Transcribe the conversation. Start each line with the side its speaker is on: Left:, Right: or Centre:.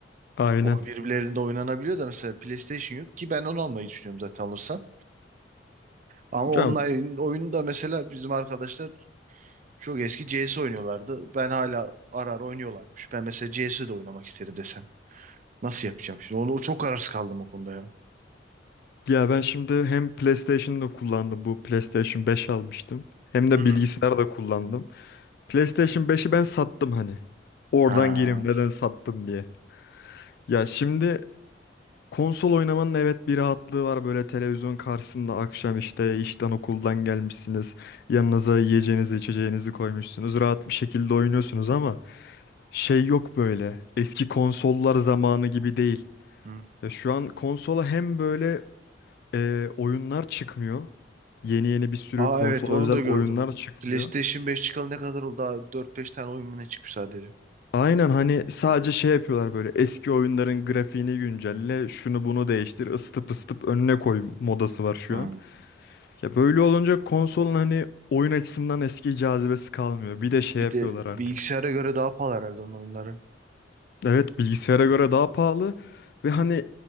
Left: Aynen.
Right: O birbirlerinde oynanabiliyor da mesela PlayStation yok ki ben onu almayı düşünüyorum zaten alırsam. Ama
Left: Hocam
Right: online oyunu da mesela bizim arkadaşlar çok eski CS oynuyorlardı. Ben hala ara ara oynuyorlarmış. Ben mesela CS'de oynamak isterim desem. Nasıl yapacağım şimdi? Onu çok kararsız kaldım o konuda ya.
Left: ya ben şimdi hem PlayStation'da kullandım. Bu PlayStation 5 almıştım. Hem de
Right: Hı hı.
Left: bilgisayar da kullandım. PlayStation 5'i ben sattım hani. Oradan
Right: Ha.
Left: gireyim neden sattım diye. Ya şimdi Konsol oynamanın evet bir rahatlığı var böyle televizyon karşısında akşam işte işten okuldan gelmişsiniz. Yanınıza yiyeceğinizi içeceğinizi koymuşsunuz. Rahat bir şekilde oynuyorsunuz ama şey yok böyle. Eski konsollar zamanı gibi değil.
Right: Hı.
Left: Ya şu an konsola hem böyle e, oyunlar çıkmıyor. Yeni yeni bir sürü
Right: Aa
Left: konsola
Right: evet onu
Left: özel
Right: da
Left: oyunlar
Right: gördüm.
Left: çıkmıyor.
Right: PlayStation 5 çıkalı ne kadar oldu? Daha 4-5 tane oyun mu ne çıkmış sadece.
Left: Aynen hani sadece şey yapıyorlar böyle eski oyunların grafiğini güncelle şunu bunu değiştir ısıtıp ısıtıp önüne koy modası
Right: Hı.
Left: var şu
Right: Hı.
Left: an. Ya böyle olunca konsolun hani oyun açısından eski cazibesi kalmıyor. Bir de şey
Right: Bir
Left: yapıyorlar
Right: de bilgisayara
Left: artık.
Right: göre daha pahalı herhalde onun oyunları.
Left: Evet bilgisayara göre daha pahalı ve hani